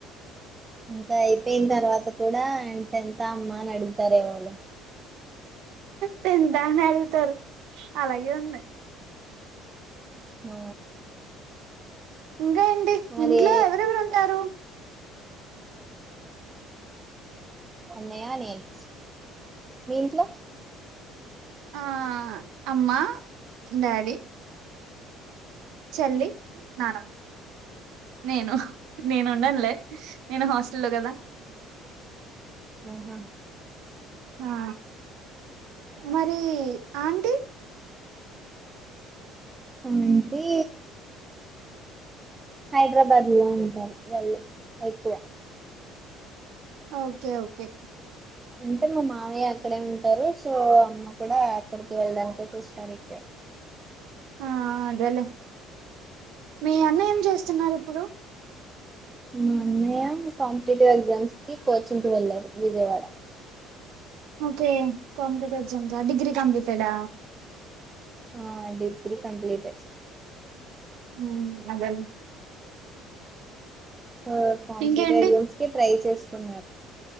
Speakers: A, on the right; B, on the right.
A: ఇంకా అయిపోయిన తర్వాత కూడా టెన్తా అమ్మ అన్ అడుగుతారేమోలె
B: టెన్తా అని అడుగుతారు అలాగే ఉంది.
A: ఆ
B: ఇంకా ఏంటి
A: మరి
B: ఇంట్లో ఎవరెవర్ ఉంటారు?
A: అన్నయ్య నేను, మీ ఇంట్లో?
B: ఆ అమ్మ డాడి చెల్లి నానమ్మ నేను నేను ఉండనులే నేను హాస్టల్లో కదా
A: ఆహా
B: ఆ మరి ఆంటీ
A: ఆంటీ హైదరాబాద్ లో ఉంటారు వాళ్ళు ఎక్కువ
B: ఓకే ఓకే
A: అంటే మా మావయ్య అక్కడే ఉంటారు సో అమ్మ కూడా అక్కడికి వెళ్ళడానికే చూస్తారు ఇక్కడ
B: ఆ అదేలె మీ అన్న ఏం చేస్తున్నారు ఇప్పుడు
A: మా అన్నయ కాంపిటేటివ్ ఎగ్జామ్స్ కి కోచింగ్ కు వెళ్ళారు విజయవాడ
B: ఓకే కంప్యూటర్స్ అంతా డిగ్రీ కంప్లీటెడ్డ
A: ఆ డిగ్రీ కంప్లీటెడ్
B: మ్మ్ అదేలే
A: సో కాంపిటేటివ్
B: ఇంకేంటి
A: ఎగ్జామ్స్ కి ట్రై చేస్తున్నారు